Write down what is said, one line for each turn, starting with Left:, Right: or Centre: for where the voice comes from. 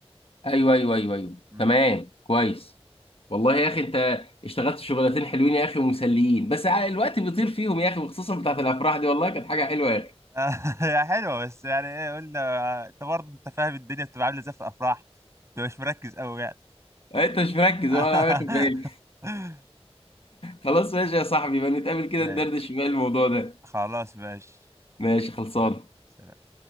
Left: ايوه ايوه ايوه ايوه
Right: امم
Left: تمام كويس والله يا اخي انت اشتغلت شغلتين حلوين يا اخي ومسليين بس ع- الوقت بيطير فيهم يا اخي وخصوصا بتاعت الافراح دي والله كانت حاجه حلوه يا اخي
Right: <laughs> آه، هي حلوه بس يعني ايه قلنا آه، انت برضه انت فاهم الدنيا بتبقى عامله ازاي في الافراح انت مش مركز قوي يعني
Left: انت مش مركز
Right: <laughs>
Left: ولا واخد بالي خلاص ماشي يا صاحبي بقى نتقابل كده
Right: ماشي
Left: ندردش بقى الموضوع ده
Right: خلاص ماشي
Left: ماشي خلصان
Right: يلا، سلام